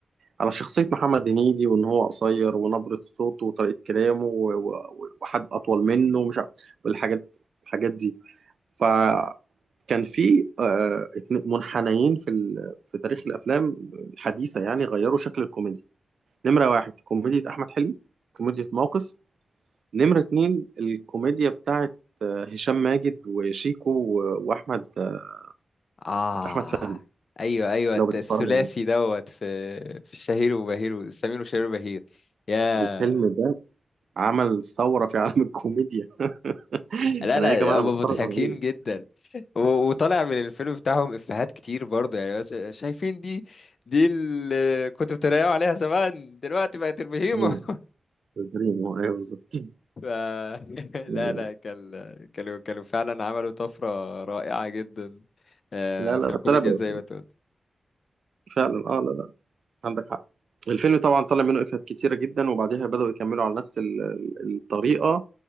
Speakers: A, on the right (about 80°); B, on the left (about 60°).
A: على شخصية محمد هنيدي وإن هو قصير ونبرة صوته وطريقة كلامه و- و- وحد أطول منه ومش عارف- والحاجات الحاجات دي فكان في آه، اتنين- منحنيين في ال- في تاريخ الأفلام الحديثة يعني غيروا شكل الكوميديا نمرة واحد كوميديا أحمد حلمي كوميديا موقف نمرة اتنين الكوميديا بتاعت آه، هشام ماجد وشيكو و- وأحمد آه،
B: آه
A: أحمد فهمي
B: أيوه أيوه الت-
A: لو بتتفرج
B: الثلاثي دوت في في شهير وبهير سمير وشهير وبهير يا
A: على الفيلم ده عمل ثورة في عالم الكوميديا <laughs>
B: لا
A: انا
B: لا
A: ايه يا جماعه انا
B: هما
A: بتفرج
B: مضحكين
A: على ايه
B: جدا و- وطالع من الفيلم بتاعهم إفيهات كتير برضه يعني بس شايفين دي دي اللي كنتوا بتريقوا عليها زمان دلوقتي بقت البهيمة
A: ايوه البريم هو ايوه بالظبط <laughs>
B: ف... <laughs> لا
A: يعني
B: لا كان كانوا كانوا فعلا عملوا طفرة رائعة جدا آه،
A: لا لا
B: في الكوميديا
A: طلع بقى.
B: زي ما انت قلت
A: فعلا اه لا لا عندك حق الفيلم طبعا طلع منه افيهات كتيره جدا وبعديها بداوا يكملوا على نفس ال- ال- الطريقه